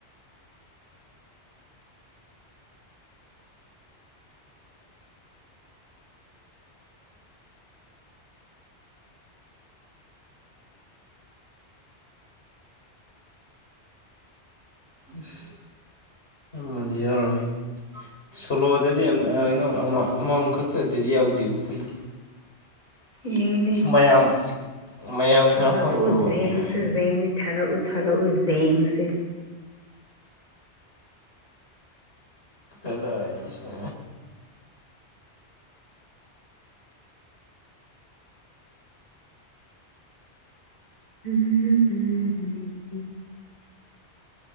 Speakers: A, on the left; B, on the left.
A: <inaudible> <unintelligible>
B: ꯑꯁ ꯑꯃꯗꯤ ꯌꯥꯎꯔꯝꯃꯤ ꯁꯣꯂꯣꯗꯗꯤ ꯀꯩꯅꯣ ꯑꯃꯃꯝ ꯈꯛꯇꯗꯤꯗꯤ ꯌꯥꯎꯗꯦꯀꯣ ꯑꯩꯈꯣꯏꯗꯤ
A: ꯌꯦꯡꯉꯤꯅꯦ
B: ꯃꯌꯥꯝ ꯃꯌꯥꯝ
A: ꯐꯔꯛꯎ
B: ꯀꯥꯞꯄꯥꯡꯇꯧꯕꯅꯤ
A: ꯌꯦꯡꯁꯤ ꯌꯦꯖꯦꯡꯉ ꯊꯥꯔꯛꯎ ꯊꯔꯛꯎ ꯌꯦꯖꯦꯡꯁꯦ
B: ꯈꯔ ꯑꯩꯁ
A: ꯎꯝ